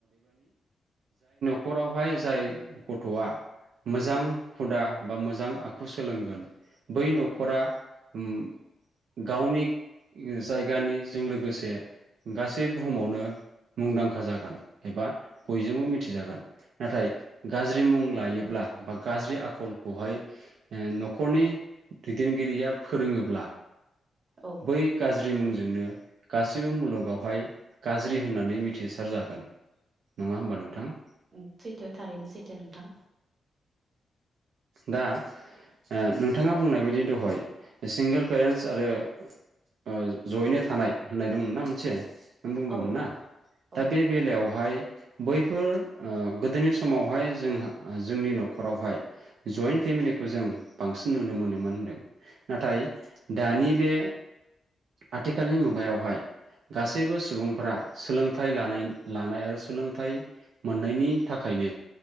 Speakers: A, on the right (about 80°); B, on the right (about 45°).
A: खरावहाय जाय गथ'आ मोजां हुदा बा मोजां आखु सोलोंगोन बै न'खरा उम गावनि जायगानिजों लोगोसे गासै बुहुमावनो मुंदांखा जागोन। एबा बयजोंबो मिथि जागोन नाथाय गा ज्रि मुं लायोब्ला
B: औ
A: बा गाज्रि आखलखौहाय ओ न'खरनि दैदेनगिरिया फोरोङोब्ला
B: औ
A: बै गाज्रि मुंजोंनो गासिबो मुलुगावहाय गाज्रि होननानै मिथिसार जागोन नङा होमबा नोंथां।
B: उम सैथो थारैनो सैथो नोंथां।
A: दा ओ नोंथाङा बुंनाय बायदि दहाय सिंगोल पेरेन्टस आरो ओ जयैनो थानाय होननाय दंमोन ना मोनसे बुंदोंमोन
B: औ
A: ना
B: औ औ
A: दा बे बेलायावहाय बैफोर ओ गोदोनि समावहाय जोंहा जोंनि न'खर न'खरावहाय जयन्ट फेमिलिखौ जों बांसिन नुनो मोनोमोन होनदों नाथाय दानि बे आथिखालनि मुगायावहाय गासैबो सुबुंफोरा सोलोंथाइ लानाय लानाय आरो सोलोंथाइ मोननायनि थाखायनो